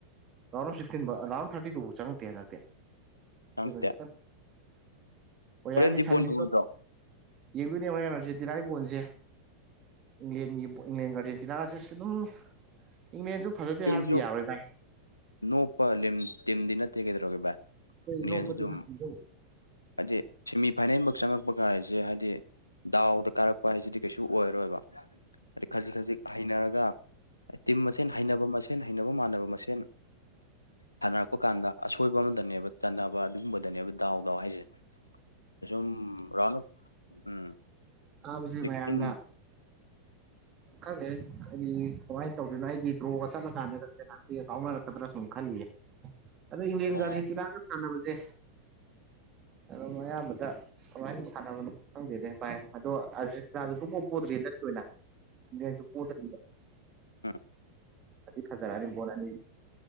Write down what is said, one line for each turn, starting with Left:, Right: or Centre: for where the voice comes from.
Right: ꯔꯣꯅꯥꯜꯗꯣ ꯁꯤꯛꯁꯇꯤꯟ ꯔꯣꯅꯥꯜꯗꯣ ꯊꯥꯔꯇꯤ ꯇꯨꯐꯥꯎ ꯆꯪꯉꯛꯇꯦ ꯍꯟꯗꯛꯇꯤ
Left: ꯈꯪꯇꯦ
Right: ꯁꯤꯕꯗꯤ ꯈꯤꯇꯪ ꯀꯣꯔꯤꯌꯥꯒꯤ
Left: ꯍꯣꯔꯦꯟꯗꯤ
Right: ꯁꯟꯣꯠ
Left: ꯕꯣꯜ ꯌꯦꯡꯉꯣꯏꯗ꯭ꯔꯣ
Right: ꯌꯦꯡꯗꯣꯏꯅꯦ ꯃꯣꯔꯌꯥꯝꯅꯖꯦꯟꯇꯤꯔꯥꯒꯤ ꯕꯣꯟꯁꯦ ꯏꯪꯂꯦꯟꯒꯤ ꯏꯪꯂꯦꯟ ꯑꯥꯔꯖꯦꯟꯇꯤꯅꯥꯁꯦ ꯑꯗꯨꯝ ꯏꯪꯂꯦꯟꯁꯨ ꯐꯖꯗꯦ
Left: ꯏꯪꯂꯦꯟꯁꯨ
Right: ꯍꯥꯏꯕꯗꯤ ꯌꯥꯔꯣꯏꯗ꯫
Left: ꯅꯣꯞꯄ ꯇꯤꯝꯗꯤ ꯅꯠꯇꯦ ꯀꯩꯗꯧꯔꯒꯦ ꯚꯥꯏ ꯏꯪꯂꯦꯟꯁꯨ
Right: ꯅꯣꯞꯄꯗꯤ
Left: ꯑꯗꯨꯝ
Right: ꯅꯠꯇꯦ ꯑꯗꯣ
Left: ꯫ ꯍꯥꯏꯗꯤ ꯁꯦꯃꯤꯐꯥꯏꯅꯦꯜ ꯃꯛ ꯆꯪꯉꯛꯄꯒ ꯍꯥꯏꯁꯦ ꯍꯥꯏꯗꯤ ꯗꯥꯎꯗ ꯀꯥꯔꯛꯄ ꯍꯥꯏꯁꯤꯗꯤ ꯀꯩꯁꯨ ꯑꯣꯏꯔꯣꯏꯕ ꯍꯥꯏ ꯈꯖꯤꯛ ꯈꯖꯤꯛ ꯍꯩꯅꯔꯒ ꯇꯤꯝ ꯃꯁꯦꯟ ꯫ ꯃꯁꯦꯟ ꯍꯩꯅꯕ ꯃꯥꯟꯅꯕ ꯃꯁꯦꯟ ꯁꯥꯟꯅꯔꯛꯄ ꯀꯥꯟꯗ ꯑꯁꯣꯏꯕ ꯑꯃꯗꯅꯦꯕ ꯆꯥꯟꯅꯕ ꯑꯗꯨꯒꯨꯝꯕꯗꯅꯦꯕ ꯗꯥꯎ ꯗꯥꯎ ꯍꯥꯏꯁꯦ ꯑꯁꯨꯝ ꯔꯣꯟ ꯎꯝ
Right: ꯀꯥꯕꯁꯦ
Left: ꯐꯤꯐꯇꯤꯟ
Right: ꯃꯌꯥꯝꯅ ꯈꯪꯗꯦꯅꯦ ꯍꯥꯏꯗꯤ ꯀꯃꯥꯏꯅ ꯇꯧꯗꯅꯣ ꯑꯩꯗꯤ꯫ ꯇ꯭ꯔꯣꯒ ꯆꯠꯂ ꯀꯥꯟꯗꯇꯒ ꯀꯥꯎꯅꯔꯛꯀꯗ꯭ꯔꯥ ꯁꯨꯝ ꯈꯜꯂꯤꯌꯦ ꯑꯗ ꯏꯟꯗꯤꯌꯥꯟ
Left: ꯑꯣ
Right: ꯒꯥꯔꯗꯁꯦꯤ ꯑꯅꯕꯖꯦ ꯑꯗꯣ ꯑꯌꯥꯝꯕꯗ ꯑ ꯀꯃꯥꯏꯅ ꯁꯥꯟꯅꯕꯅꯣ ꯈꯪꯕꯤꯔꯦ ꯚꯥꯏ ꯑꯗꯣ ꯑꯔꯖꯦꯟꯇꯤꯅꯥꯁꯨ ꯁꯨꯡꯄꯥꯎ ꯄꯣꯗ꯭ꯔꯤ ꯍꯟꯗꯛꯀꯤ ꯑꯣꯏꯅ ꯏꯦꯟꯁꯨ ꯄꯣꯗ꯭ꯔꯤꯕ
Left: ꯑꯥ
Right: ꯐꯗꯤ ꯐꯖꯥꯔꯛꯑꯅꯤ ꯕꯣꯜ ꯑꯅꯤ